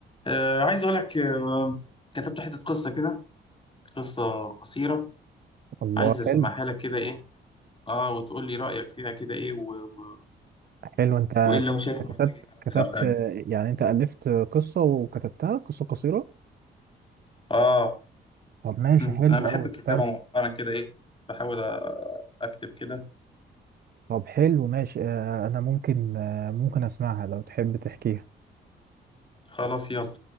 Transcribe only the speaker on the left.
آه عايز أقول لك آه كتبت حتة قصة كده قصة قصيرة
عايز أسمعها
لك كده إيه آه وتقول لي رأيك فيها كده إيه و... و...
وإيه اللي أنا شايفه
محتاج يتعدل
أو حاجة
آه
أمم،
أنا بحب
الكتابة
مؤخرا كده إيه بحاول أ- أكتب كده
خلاص يلا